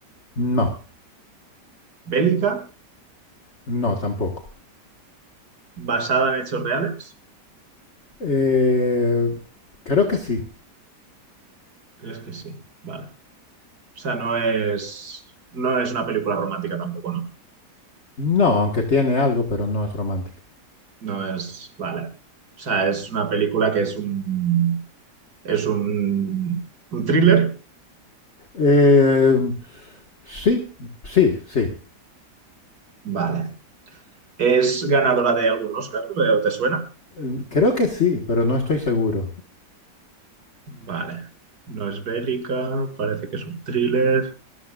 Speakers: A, on the left; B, on the right.
A: No,
B: ¿Bélica?
A: no, tampoco.
B: ¿Basada en hechos reales?
A: Eh, Creo que sí.
B: ¿Crees que sí? Vale. O sea, no es, no es una película romántica tampoco, ¿no?
A: No, aunque tiene algo, pero no es romántica.
B: No es, vale. O sea, es una película que es un, es un, un thriller.
A: Eh, sí, sí, sí.
B: Vale. ¿Es ganadora de algún Oscar? ¿Te te suena?
A: Eh, Creo que sí, pero no estoy seguro.
B: Vale. No es bélica, parece que es un thriller.